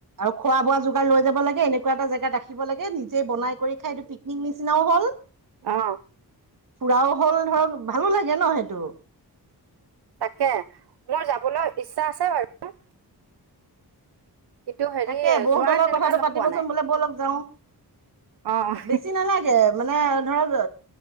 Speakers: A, on the right; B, on the right.
A: আৰু খোৱা বোৱা যোগাৰ লৈ যাব লাগে, এনেক এনেকুৱা এটা জেগাত ৰাখিব লাগে নিজে বনাই কৰি খাই এইটো পিকনিক নিচিনাও হল।
B: আহ।
A: ফুৰাও হ'ল ধৰক ভালো লাগে ন সেইটো।
B: তাকে মোৰ যাবলৈ ইচ্ছা আছে বাৰু। কিন্তু হেৰি
A: তাকে বহুতালৰ
B: যোৱা তেনেকুৱা
A: কথাটো
B: লগ
A: পাতিবচোন
B: পোৱা নাই।
A: বোলে বৌ লগ যাওঁ।
B: অ',
A: বেছি নালাগে মানে ধৰক